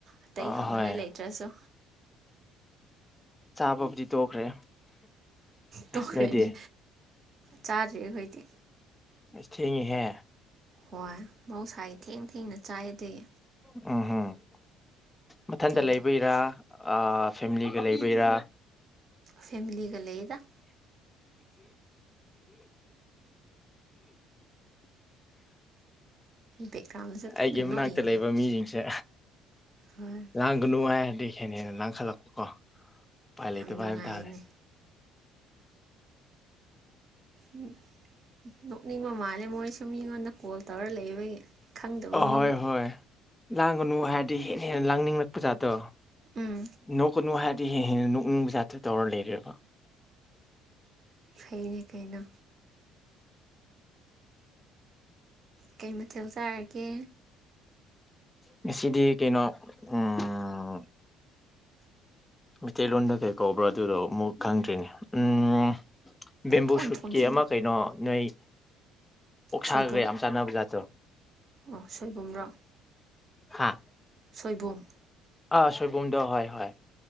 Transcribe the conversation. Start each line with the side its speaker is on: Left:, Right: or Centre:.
Right: ꯑꯇꯩ ꯍꯪꯅꯤꯡꯉꯥꯏ
Left: ꯑꯍꯣꯏ
Right: ꯂꯩꯇ꯭ꯔꯁꯨ
Left: ꯆꯥꯕꯕꯨꯗꯤ ꯇꯣꯛꯈ꯭ꯔꯦ
Right: ꯇꯣꯛꯈ꯭ꯔꯦꯅꯦ
Left: ꯅꯣꯏꯗꯤ
Right: ꯆꯥꯗ꯭ꯔꯤ ꯑꯩꯈꯣꯏꯗꯤ
Left: ꯑꯁ ꯊꯦꯡꯉꯤ ꯍꯦ
Right: ꯍꯣꯏ ꯃꯍꯧꯁꯥꯒꯤ ꯊꯦꯡ ꯊꯦꯡꯅ ꯆꯥꯏꯌꯦ ꯑꯗꯨꯏ
Left: ꯎꯝ ꯍꯨꯝ ꯃꯊꯟꯗ
Right: ꯀꯩ
Left: ꯂꯩꯕꯩꯔꯥ ꯑꯥ ꯐꯦꯝꯂꯤꯒ ꯂꯩꯕꯩꯔꯥ
Right: ꯐꯦꯝꯂꯤꯒ ꯂꯩꯗ ꯕꯦꯛꯒ꯭ꯔꯥꯎꯟꯗꯁꯨ
Left: ꯑꯩꯒꯤ
Right: ꯀꯟꯅ
Left: ꯃꯅꯥꯛꯇ
Right: ꯅꯣꯛꯏꯅꯦ
Left: ꯂꯩꯕ ꯃꯤꯁꯤꯡꯁꯦ
Right: ꯍꯣꯏ
Left: ꯂꯥꯡꯒꯅꯨ ꯍꯥꯏꯔꯗꯤ ꯍꯦꯟꯅ ꯍꯦꯟꯅ ꯂꯥꯡꯈꯠꯂꯛꯄꯀꯣ ꯎꯄꯥꯏ ꯂꯩꯇꯕ
Right: ꯌꯥꯝ ꯅꯨꯡꯉꯥꯏꯅꯦ
Left: ꯍꯥꯏꯕ ꯇꯥꯔꯦ
Right: ꯎꯝ ꯅꯣꯛꯅꯤꯡꯕꯥ ꯃꯥꯜꯂꯦ ꯃꯣꯏꯁꯨ ꯃꯤꯉꯣꯟꯗꯥ ꯀꯣꯜ ꯇꯧꯔ ꯂꯩꯕꯒꯤ ꯈꯪꯗꯕ
Left: ꯑꯍꯣꯏ
Right: ꯃꯤꯕꯨ
Left: ꯍꯣꯏ ꯂꯥꯡꯒꯅꯨ ꯍꯥꯏꯔꯗꯤ ꯍꯦꯟꯅ ꯍꯦꯟꯅ ꯂꯥꯡꯅꯤꯡꯉꯛꯄ ꯖꯥꯠꯇꯣ
Right: ꯎꯝ
Left: ꯅꯣꯛꯀꯅꯨ ꯍꯥꯏꯔ ꯗꯤ ꯍꯦꯟꯅ ꯅꯣꯛꯅꯤꯡ ꯖꯥꯠꯇꯣ ꯇꯧꯔ ꯂꯩꯔꯦꯕ
Right: ꯐꯩꯅꯦ ꯀꯩꯅꯣ ꯀꯩ ꯃꯊꯦꯜ ꯆꯥꯔꯒꯦ
Left: ꯉꯥꯁꯤꯗꯤ ꯀꯩꯅꯣ ꯎꯝ ꯃꯩꯇꯩꯂꯣꯟꯗ ꯀꯩ ꯀꯧꯕ꯭ꯔꯣ ꯑꯗꯨꯗꯣ ꯃꯨꯛ ꯈꯪꯗ꯭ꯔꯤꯅꯦ ꯎꯝ ꯕꯦꯝꯕꯨ
Right: ꯏꯊꯣꯟ
Left: ꯁꯨꯠꯀꯤ
Right: ꯊꯣꯟꯖꯤꯜꯂꯣ
Left: ꯑꯃ ꯀꯩꯅꯣ ꯅꯣꯏ ꯑꯣꯛꯁꯥꯒꯒ
Right: ꯁꯣꯏꯕꯨꯝ
Left: ꯌꯥꯝ ꯆꯥꯅꯕ ꯖꯥꯠ ꯇꯣ
Right: ꯑꯣ ꯁꯣꯏꯕꯨꯝꯔꯣ
Left: ꯍꯥꯥ
Right: ꯁꯣꯏꯕꯨꯝ
Left: ꯑꯥ ꯁꯣꯏꯕꯨꯝ ꯗꯣ ꯍꯣꯏ ꯍꯣꯏ